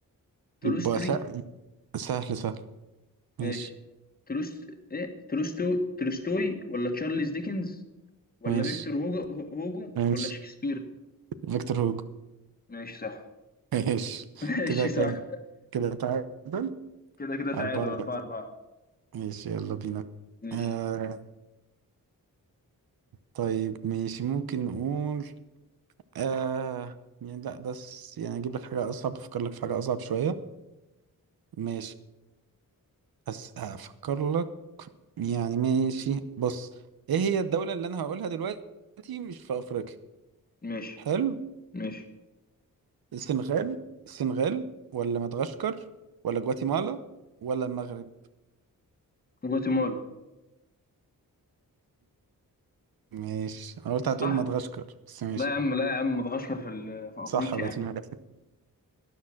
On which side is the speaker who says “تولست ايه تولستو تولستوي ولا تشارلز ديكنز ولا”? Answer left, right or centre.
Left